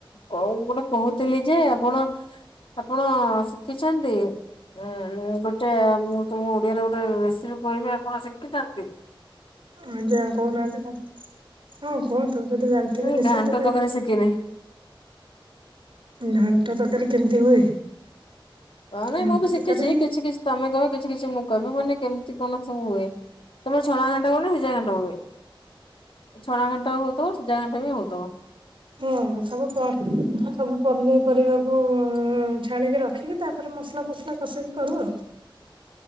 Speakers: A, on the left (about 70°); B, on the right (about 70°).
A: ଗୋଟେ କହୁଥିଲି ଯେ ଆପଣ ଆପଣ ଶିଖିଛନ୍ତି? ଉଁ ଗୋଟେ ମୁଁ ତମକୁ ଓଡିଆରେ ଗୋଟେ ରେସିପି କହିବି ଆପଣ ଶିଖିଚନ୍ତି?
B: ଆଜ୍ଞା କହୁନାହାନ୍ତି କଣ ହଁ କୁହନ୍ତୁ ଯଦି ଜାଣିଥିବେ
A: ମୁଁ
B: ନିଶ୍ଚିନ୍ତ
A: ଘାଣ୍ଟ
B: କହିବି।
A: ତରକାରୀ ଶିଖିନି।
B: ଘାଣ୍ଟ ତରକାରୀ କେମିତି ହୁଏ?
A: ହଁ ନାଇଁ
B: ଘାଣ୍ଟ
A: ମୁଁ ବି ଶିଖିଛି
B: ତରକାରୀ
A: କିଛି କିଛି ତମେ କହିବ କିଛି କିଛି ମୁଁ କହିବି ମାନେ କେମିତି କଣ ସବୁ ହୁଏ। ତମର ଛଣା ଘାଣ୍ଟ ହୁଏ ନା ସିଝ ଘାଣ୍ଟ ହୁଏ ଛଣା ଘାଣ୍ଟ ହଉଥିବ ସିଝା ଘାଣ୍ଟ ବି ହଉଥବ।
B: ହଁ ସବୁ ପ ସବୁ ପନିପରିବାକୁ ଛାଣିକି ରଖିକି ତା ତାପରେ ମସଲା ଫସଲା କଷିକି କରୁ ଆଉ।